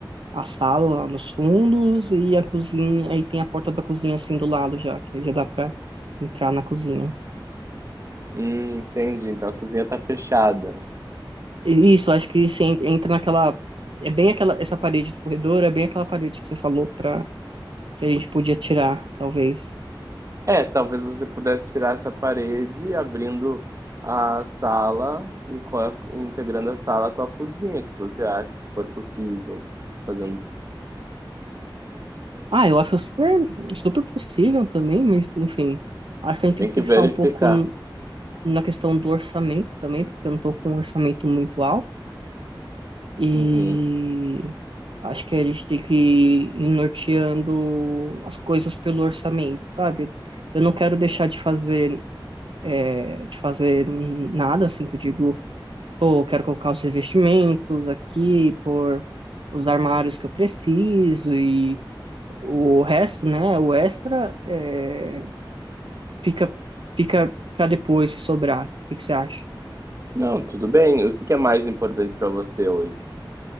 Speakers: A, on the right; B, on the right.
A: a sala lá nos fundos e a cozinha, aí tem a porta da cozinha assim do lado já, que aí já dá pra entrar na cozinha.
B: Hum, entendi. Então a cozinha tá fechada.
A: E Isso, acho que você en- entra naquela, é bem aquela, essa parede do corredor, é bem aquela parede que você falou pra, que a gente podia tirar, talvez.
B: É, talvez você pudesse tirar essa parede, abrindo a sala e co- integrando a sala com a cozinha, que você acha, se for possível. Fazendo,
A: Ah, eu acho super, super possível também, mas enfim, acho que a gente
B: tem
A: tem que
B: que
A: pensar
B: verificar.
A: um pouco n- na questão do orçamento também, porque eu não estou com um orçamento muito alto e
B: Uhum.
A: acho que a gente tem que ir norteando as coisas pelo orçamento, sabe? Eu não quero deixar de fazer, né, de fazer nada assim que eu digo, pô, eu quero colocar os revestimentos aqui, por os armários que eu preciso e o resto, né, o extra, eh, fica fica para depois se sobrar. O que que você acha?
B: Não, tudo bem. O que que é mais importante para você hoje?